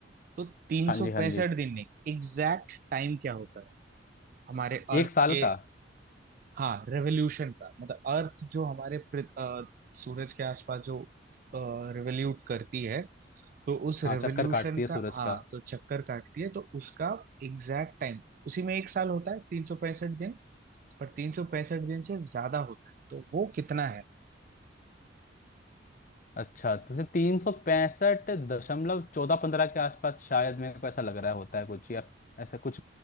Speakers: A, on the right; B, on the left.
A: तो तीन
B: हाँ
A: सौ
B: जी हाँ
A: पैंसठ
B: जी
A: दिन में एग्जैक्ट टाइम क्या होता है हमारे अर्थ
B: एक साल
A: के
B: का
A: हाँ रेवोल्यूशन का मतलब अर्थ जो हमारे पृथ- अ, सूरज के आसपास जो रेवोल्यूट करती है तो उस
B: हाँ
A: रेवोल्यूशन
B: चक्कर काटती है सूरज
A: का हाँ
B: का
A: तो चक्कर काटती है तो उसका एग्जैक्ट टाइम उसी में एक साल होता है तीन सौ पैंसठ दिन पर तीन सौ पैंसठ दिन से ज्यादा होता है तो वो कितना है
B: अच्छा तो जैसे तीन सौ पैंसठ दशमलव चौदह पंद्रह के आसपास शायद मेरे को ऐसा लग रहा होता है कुछ या ऐसा कुछ